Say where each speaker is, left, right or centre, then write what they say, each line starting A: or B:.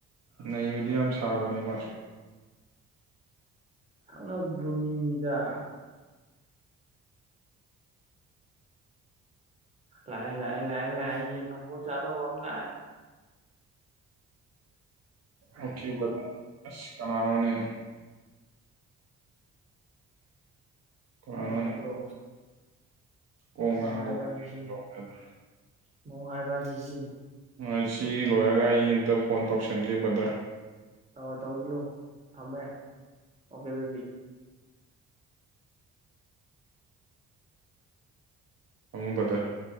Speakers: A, on the right; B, on the right.
A: ꯅꯩꯕꯗꯤ ꯌꯥꯝ ꯁꯥꯕꯅꯦ ꯃꯥꯁꯨ
B: ꯑꯉꯛꯄ ꯃꯤꯅꯤꯗꯥ ꯂꯑꯦ ꯂꯑꯦ ꯂꯑꯦ ꯂꯑꯦ ꯌꯦꯟ ꯊꯣꯡꯕ ꯆꯗꯧꯕ ꯑꯝ ꯂꯑꯦ
A: ꯑꯣꯈꯦ ꯕꯥꯗꯔ ꯑꯁ ꯀꯅꯥꯅꯣꯅꯦ ꯀꯅꯥꯅꯣꯅꯦ
B: ꯅꯨꯡꯉꯥꯏꯇ꯭ꯔꯣ
A: ꯀꯣꯡꯒ
B: ꯅꯨꯡꯉꯥꯏꯕꯖꯦ
A: ꯍꯥꯡꯒꯣꯡꯒ
B: ꯁꯤꯅꯤ
A: ꯇꯧꯈ꯭ꯔꯦꯗ
B: ꯅꯨꯡꯉꯥꯏꯕꯖꯦ ꯁꯤꯅꯤ
A: ꯎꯝ ꯉꯁꯤ ꯂꯣꯏꯔꯒ ꯑꯩ ꯑꯝꯇ ꯐꯣꯟ ꯇꯧꯁꯟꯒꯦ ꯕꯗꯔ
B: ꯇ ꯇꯧꯖꯤꯜꯂꯨ ꯊꯝꯃꯦ ꯑꯣꯀꯦ ꯕꯦꯕꯤ
A: ꯊꯝꯃꯨ ꯕꯗꯔ